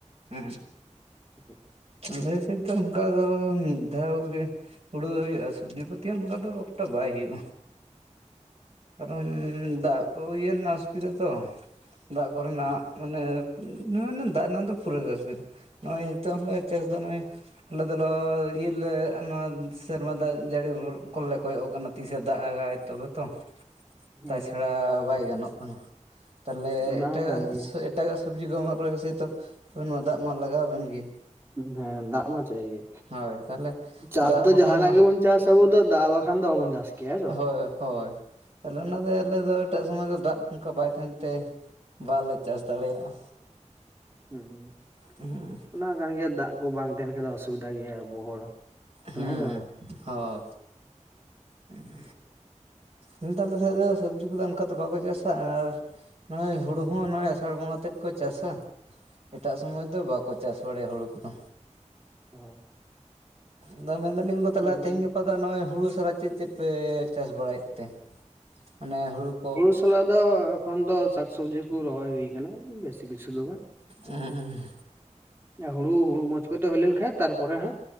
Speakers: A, on the right (about 55°); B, on the right (about 20°).
A: ᱦᱩᱸ᱾
B: <inaudible>
A: ᱟᱞᱮ ᱥᱮᱜ ᱫᱚ ᱚᱝᱠᱟᱫᱚ ᱢᱤᱜ ᱫᱷᱟᱣ ᱜᱮ᱾ ᱦᱩᱲᱩ ᱨᱚᱦᱚᱭ ᱦᱩᱭᱩᱜ-ᱟ ᱥᱚᱵᱽᱡᱤ ᱯᱟᱹᱛᱤ ᱦᱚᱸ ᱚᱱᱠᱟ ᱫᱚ ᱮᱠᱴᱟ ᱵᱟᱭ ᱦᱩᱭᱩᱜ-ᱟ᱾ ᱠᱟᱨᱚᱱ ᱫᱟᱜ ᱠᱚ ᱤᱭᱟᱹ ᱞᱮᱱᱟ ᱚᱥᱩᱵᱤᱫᱟ ᱛᱚ᱾ ᱫᱟᱜ ᱠᱚᱨᱮᱱᱟᱜ ᱢᱟᱱᱮ, ᱚᱱᱮ ᱢᱟᱱᱮ ᱫᱟᱜ ᱨᱮᱱᱟᱜ ᱫᱚ ᱯᱩᱨᱟᱹ ᱜᱮ ᱚᱥᱩᱵᱤᱫᱟ᱾ ᱱᱚᱜ-ᱚᱭ ᱱᱤᱛᱳᱝ ᱦᱚᱸ ᱪᱟᱥ ᱫᱚ ᱱᱚᱜ-ᱚᱭ ᱟᱞᱮ ᱫᱚᱞᱚ ᱤᱭᱟᱹ ᱨᱮᱞᱮ ᱱᱚᱣᱟ ᱥᱮᱨᱢᱟ ᱫᱟᱜ ᱡᱟᱹᱲᱤ ᱵᱷᱳᱨ ᱠᱚᱞᱮ ᱠᱚᱭᱚᱜ ᱠᱟᱱᱟ᱾ ᱛᱤᱥᱮ ᱫᱟᱜ ᱟᱜᱟᱭ ᱛᱚᱵᱮ ᱛᱚ᱾
B: ᱦᱮᱸ
A: ᱛᱟᱪᱷᱟᱲᱟ ᱵᱟᱭ ᱜᱟᱱᱚᱜ ᱠᱟᱱᱟ, ᱛᱟᱦᱞᱮ
B: ᱚᱱᱟ
A: ᱮᱴᱟᱜ
B: ᱦᱚᱸ
A: ᱜᱟᱜ
B: ᱠᱟᱱ ᱜᱮᱭᱟ
A: ᱥᱮᱫ᱾ ᱮᱴᱟᱜᱟᱜ ᱥᱚᱵᱽᱡᱤ ᱠᱚᱦᱚᱸ ᱵᱮᱱ ᱨᱚᱦᱚᱭᱟ ᱥᱮᱹᱭᱛᱚ ᱟᱵᱮᱱ ᱢᱟ ᱫᱟᱜ ᱢᱟ ᱞᱟᱜᱟᱣᱵᱮᱱ ᱜᱮᱭᱟ᱾
B: ᱦᱮᱸ ᱫᱟᱜ ᱢᱟ ᱪᱟᱹᱭ ᱜᱮ,
A: ᱦᱳᱭ ᱛᱟᱦᱚᱞᱮ
B: ᱪᱟᱥ
A: ᱫᱟᱜ
B: ᱫᱚ
A: ᱵᱟᱠᱷᱟᱡ
B: ᱡᱟᱦᱟᱱᱟᱜ
A: ᱢᱟ
B: ᱜᱮᱵᱚᱱ ᱪᱟᱥ ᱟᱵᱚ ᱫᱚ ᱫᱟᱜ ᱵᱟᱠᱷᱟᱱ ᱫᱚ ᱵᱟᱵᱚᱱ ᱪᱟᱥ ᱠᱮᱭᱟ ᱦᱮᱸ ᱥᱮ ᱵᱟᱝ
A: ᱦᱳᱭ ᱦᱳᱭ, ᱛᱟᱦᱞᱮ ᱚᱱᱟᱱ ᱫᱚ ᱟᱞᱮ ᱫᱚ ᱮᱴᱟᱜ ᱥᱚᱢᱚᱭ ᱫᱚ ᱫᱟᱜ ᱚᱝᱠᱟ ᱵᱟᱭ ᱛᱟᱦᱮᱱᱛᱮ, ᱵᱟᱞᱮ ᱪᱟᱥ ᱫᱟᱲᱮᱭᱟᱜ-ᱟ᱾
B: ᱦᱩᱸ
A: ᱦᱩᱸ᱾
B: ᱚᱱᱟ ᱠᱟᱱ ᱜᱮᱭᱟ ᱫᱟᱜ ᱠᱚ ᱵᱟᱝ ᱛᱟᱦᱮᱱ ᱠᱷᱟᱡ ᱫᱚ ᱚᱥᱩᱵᱤᱫᱟ ᱜᱮᱭᱟ ᱟᱵᱚ ᱦᱚᱲ᱾
A: ᱦᱩᱸ
B: ᱦᱮᱸ ᱥᱮ
A: ᱦᱳᱭ, ᱩᱸ᱾ ᱱᱚᱛᱮ ᱟᱞᱮ ᱥᱮᱜ ᱫᱚ ᱥᱚᱵᱽᱡᱤ ᱠᱚᱫᱚ ᱚᱱᱠᱟ ᱫᱚ ᱵᱟᱠᱚ ᱪᱟᱥᱟ ᱟᱨ ᱱᱚᱜᱼᱚᱭ ᱦᱩᱲᱩ ᱦᱚᱸ ᱱᱚᱜᱼᱚᱭ ᱟᱥᱟᱲ ᱵᱚᱸᱜᱟ ᱛᱮᱫ ᱠᱚ ᱪᱟᱥᱟ᱾ ᱮᱴᱟᱜ ᱥᱚᱢᱚᱭ ᱫᱚ ᱵᱟᱠᱚ ᱪᱟᱥ ᱵᱟᱲᱟᱭᱟ ᱦᱩᱲᱩ ᱠᱚᱫᱚ᱾
B: ᱚᱻ᱾
A: ᱟᱫᱚ ᱢᱮᱱᱫᱟᱞᱤᱧ <unintelligible> ᱛᱟᱦᱚᱞᱮ
B: ᱵᱟᱝ
A: ᱛᱮᱦᱮᱧ ᱜᱟᱯᱟ ᱫᱚ ᱱᱚᱜᱼᱚᱭ ᱦᱩᱲᱩ ᱥᱟᱨᱟ ᱪᱮᱫ ᱪᱮᱫ ᱯᱮ ᱪᱟᱥ ᱵᱟᱲᱟᱭᱮᱫ ᱛᱮ, ᱢᱟᱱᱮ ᱦᱩᱲᱩ ᱠᱚ
B: ᱦᱩᱲᱩ ᱥᱟᱞᱟᱜ ᱫᱚ ᱮᱠᱷᱚᱱ ᱫᱚ ᱥᱟᱠ-ᱥᱚᱵᱽᱡᱤ ᱠᱚ ᱨᱚᱦᱚᱭ ᱦᱩᱭ ᱠᱟᱱᱟ ᱵᱮᱥᱤ ᱠᱤᱪᱷᱩ ᱫᱚ ᱵᱟᱝ᱾
A: <unintelligible>
B: ᱦᱩᱲᱩ ᱦᱩᱲᱩ ᱢᱚᱡᱽ ᱠᱚᱡ ᱛᱮ ᱦᱩᱭ ᱞᱮᱱᱠᱷᱟᱡ ᱛᱟᱨᱯᱚᱨᱮ ᱦᱟᱸᱜ